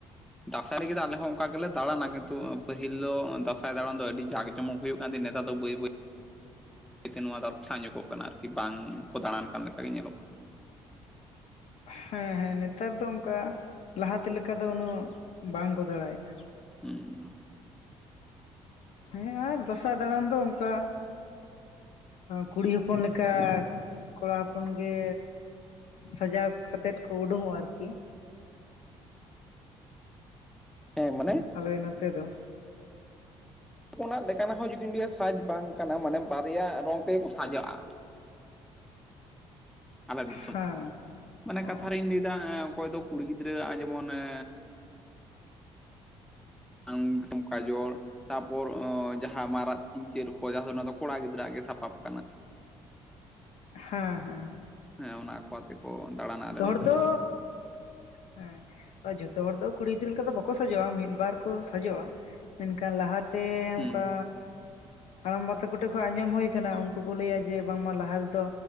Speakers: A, in the centre; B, on the left (about 65°).
A: ᱫᱟᱸᱥᱟᱭ ᱨᱮᱜᱮ ᱫᱚ ᱟᱞᱮ ᱦᱚᱸ ᱚᱱᱠᱟ ᱜᱮᱞᱮ ᱫᱟᱬᱟᱱᱟ ᱠᱤᱱᱛᱩ ᱯᱟᱹᱦᱤᱞ ᱫᱚ ᱫᱟᱸᱥᱟᱭ ᱫᱟᱬᱟᱱ ᱫᱚ ᱟᱹᱰᱤ ᱡᱟᱠ ᱡᱚᱢᱚᱠ ᱦᱩᱭᱩᱜ ᱠᱟᱱ ᱛᱟᱦᱮᱫ ᱱᱮᱛᱟᱨ ᱫᱚ ᱵᱟᱹᱭ ᱵᱟᱹᱭ ᱛᱮ ᱱᱚᱣᱟ ᱫᱚ ᱟᱯᱪᱷᱟ ᱧᱚᱜᱚᱜ ᱠᱟᱱᱟ ᱟᱨᱠᱤ ᱵᱟᱝ ᱠᱚ ᱫᱟᱬᱟᱱ ᱠᱟᱱ ᱞᱮᱠᱟ ᱜᱮ ᱧᱮᱞᱚᱜ ᱠᱟᱱᱟ᱾
B: ᱦᱮᱸ ᱦᱮᱸ ᱱᱮᱛᱟᱨ ᱫᱚ ᱚᱝᱠᱟ ᱞᱟᱦᱟᱛᱮ ᱞᱮᱠᱟ ᱫᱚ ᱩᱱᱟᱹᱜ ᱵᱟᱝ ᱠᱚ ᱫᱟᱲᱟᱭᱮᱜᱼᱟ᱾
A: <unintelligible>
B: ᱦᱮᱸ ᱟᱨ ᱫᱟᱸᱥᱟᱭ ᱫᱟᱬᱟᱱ ᱫᱚ ᱚᱱᱠᱟ ᱠᱩᱲᱤ ᱦᱚᱯᱚᱱ ᱞᱮᱠᱟ ᱠᱚᱲᱟ ᱦᱚᱯᱚᱱ ᱜᱮ ᱥᱟᱡᱟᱣ ᱠᱟᱛᱮᱫ ᱠᱚ ᱩᱰᱩᱝᱚᱜᱼᱟ ᱟᱨᱠᱤ
A: ᱦᱮᱸ ᱢᱟᱱᱮ
B: ᱟᱞᱮ ᱱᱚᱛᱮ ᱫᱚ
A: ᱦᱚᱯᱚᱱᱟᱜ ᱞᱮᱠᱟᱱᱟᱜ ᱦᱚᱸ ᱡᱩᱫᱤ ᱥᱟᱡᱽ ᱵᱟᱝ ᱠᱟᱱᱟ ᱢᱟᱱᱮ ᱵᱟᱨᱭᱟ ᱨᱚᱝ ᱛᱮᱜᱮ ᱠᱚ ᱥᱟᱡᱟᱜᱼᱟ ᱾ ᱟᱞᱟᱠ ᱫᱤᱥᱚᱢ
B: ᱦᱮᱸ
A: ᱢᱟᱱᱮ ᱠᱟᱛᱷᱟ
B: ᱚ
A: ᱨᱤᱧ ᱞᱟᱹᱭ ᱮᱫᱟ ᱚᱠᱚᱭ ᱫᱚ ᱠᱩᱲᱤ ᱜᱤᱫᱽᱨᱟᱹᱣᱟᱜ ᱡᱮᱢᱚᱱ ᱮᱸ <unintelligible> ᱠᱟᱡᱚᱞ ᱛᱟᱯᱚᱨ ᱡᱟᱦᱟᱸ ᱢᱟᱨᱟᱜ ᱯᱤᱧᱪᱟᱹᱨ ᱠᱚ ᱡᱟᱦᱟᱸ ᱫᱚ ᱠᱚᱲᱟ ᱜᱤᱫᱽᱨᱟᱹᱣᱟᱜ ᱜᱮ ᱥᱟᱯᱟᱵ ᱠᱟᱱᱟ᱾
B: ᱦᱮᱸ ᱦᱮᱸ ᱾
A: ᱦᱮᱸ ᱚᱱᱟ ᱠᱚ ᱟᱛᱮ ᱠᱚ ᱫᱟᱬᱟᱱᱟ ᱟᱞᱮ ᱱᱚᱰᱮ᱾
B: ᱦᱚᱲ ᱫᱚ ᱦᱮᱸ ᱡᱷᱚᱛᱚ ᱦᱚᱲ ᱫᱚ ᱠᱩᱲᱤ ᱜᱤᱫᱽᱨᱟᱹ ᱞᱮᱠᱟ ᱫᱚ ᱵᱟᱠᱚ ᱥᱟᱡᱚᱜᱼᱟ ᱢᱤᱫ ᱵᱟᱨ ᱠᱚ ᱥᱟᱡᱚᱜᱼᱟ ᱢᱮᱱᱠᱷᱟᱱ ᱞᱟᱦᱟ ᱛᱮ
A: ᱦᱩᱸ
B: ᱚᱝᱠᱟ ᱦᱟᱲᱟᱢ ᱵᱟ ᱛᱟᱠᱚᱴᱷᱮᱱ ᱠᱷᱚᱡ ᱟᱸᱡᱚᱢ ᱦᱩᱭ ᱟᱠᱟᱱᱟ ᱩᱱᱠᱩ ᱠᱚ ᱞᱟᱹᱭᱟ ᱡᱮ ᱵᱟᱝᱢᱟ ᱞᱟᱦᱟ ᱛᱮᱫᱚ